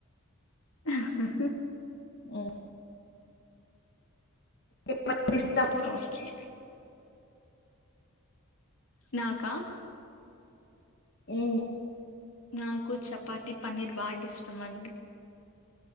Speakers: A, on the left; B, on the left.
A: హా హా హు
B: ఉమ్. మీకు ఇష్టం
A: ఓకే నాకా
B: ఉమ్
A: నాకు చపాతి పన్నీర్ బాగా ఇష్టం అండి